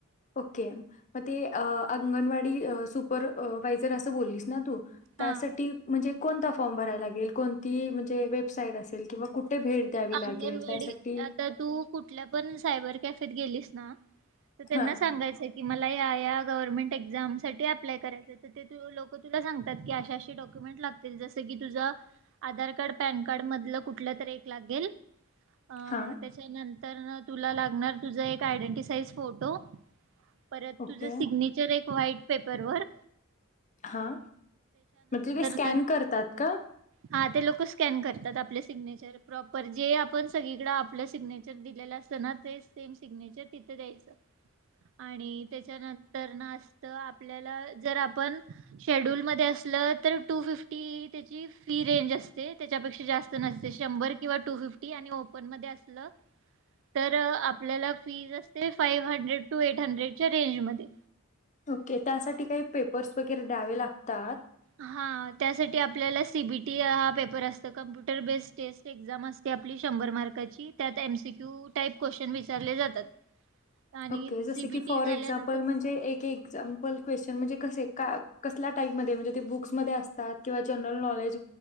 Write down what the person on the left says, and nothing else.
ओके म ते अ अंगणवाडी अ सुपर अ वायझर असं बोललीस ना तू त्यासाठी
म्हणजे कोणता फॉर्म भरायला लागेल कोणती म्हणजे वेबसाईट असेल किंवा कुठे भेट द्यावी
लागेल त्यासाठी?
हां,
हां.
ओके.
हा म्हटल काही स्कॅन
करतात का
ओके त्यासाठी काही पेपर्स वगैरे द्यावे लागतात
ओके जस
की फॉर
एक्झाम्पल म्हणजे एक एक्झाम्पल क्वेशन म्हणजे कसे का कसल्या टाईपमध्ये म्हणजे ते बुक्समध्ये असतात किंवा जनरल नॉलेज